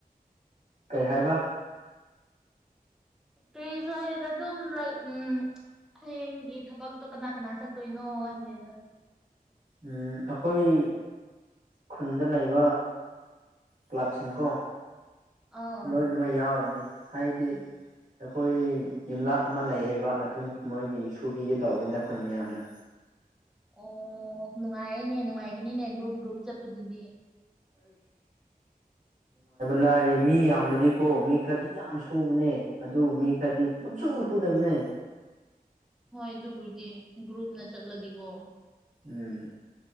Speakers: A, on the right; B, in the centre.
A: ꯀꯩ ꯍꯥꯏꯕ
B: ꯀ꯭ꯔꯤꯁꯨ ꯍꯥꯏꯗꯦꯗ ꯑꯗꯨꯝ ꯂꯩ ꯎꯝ ꯍꯥꯌꯦꯡꯒꯤ ꯊꯕꯛꯇꯣ ꯀꯅꯥ ꯀꯅꯥ ꯆꯠꯇꯣꯏꯅꯣ ꯍꯥꯏꯝꯅꯤꯗ
A: ꯎꯝ ꯑꯈꯣꯏ ꯈꯨꯟꯗ ꯂꯩꯕ ꯀ꯭ꯂꯕ ꯁꯤꯡꯀꯣ
B: ꯑꯥ
A: ꯂꯣꯏꯅꯃꯛ ꯌꯥꯎꯔꯅꯤ ꯍꯥꯏꯗꯤ ꯑꯈꯣꯏ ꯌꯨꯝꯂꯥꯛ ꯑꯃ ꯂꯩꯌꯦꯕ ꯑꯗꯨ ꯃꯣꯏꯒꯤ ꯁꯨꯕꯤꯒꯦ ꯇꯧꯕꯅꯤꯗ ꯈꯨꯟ ꯃꯌꯥꯝꯅ
B: ꯑꯣ ꯅꯨꯡꯉꯥꯏꯌꯦꯅꯦ ꯅꯨꯡꯉꯥꯏꯒꯅꯤꯅꯦ ꯒ꯭ꯔꯨꯞ ꯒ꯭ꯔꯨꯞ ꯆꯠꯄꯗꯨꯗꯤ
A: ꯂꯥꯏꯌꯦ ꯃꯤ ꯌꯥꯝꯃꯗꯤꯀꯣ ꯃꯤ ꯈ꯭ꯔꯗꯤ ꯌꯥꯝ ꯁꯨꯕꯅꯦ ꯑꯗꯨ ꯃꯤ ꯈ꯭ꯔꯗꯤ
B: ꯎꯝ
A: ꯁꯨꯛꯁꯨ ꯁꯨꯗꯕꯅꯦ
B: ꯍꯣꯏ ꯑꯗꯨꯕꯨꯗꯤ ꯒ꯭ꯔꯨꯞꯅ ꯆꯠꯂꯗꯤꯀꯣ
A: ꯎꯝ